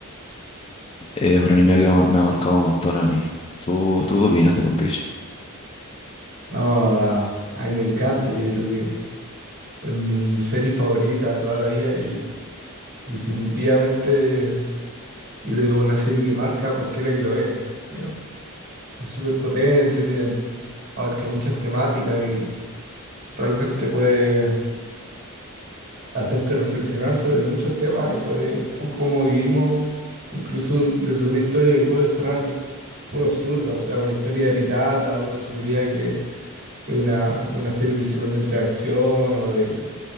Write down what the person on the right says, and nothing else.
No, a a mí me encanta. Yo creo que es mi serie favorita de toda la vida y definitivamente creo que es una serie que marca a cualquiera que lo ve. ¿no? Es súper potente, tiene, abarca muchas temáticas y realmente puede hacerte reflexionar sobre muchos temas y sobre un poco cómo vivimos, incluso un- desde una historia que puede sonar un poco absurda, o sea, una historia de pirata, uno asumiría que es una, una serie principalmente de acción o de,